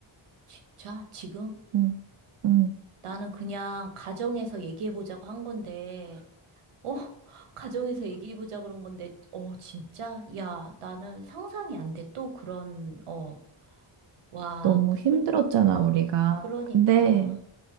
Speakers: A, on the right; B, on the right.
A: 진짜? 지금?
B: 응 응
A: 나는 그냥 가정에서 얘기해보자고 한 건데, 어, 가정에서 얘기해보자 그런 건데, 어, 진짜? 야, 나는 상상이 안 돼. 또 그런, 어, 와,
B: 너무
A: 솔,
B: 힘들었잖아, 우리가.
A: 그러니까.
B: 근데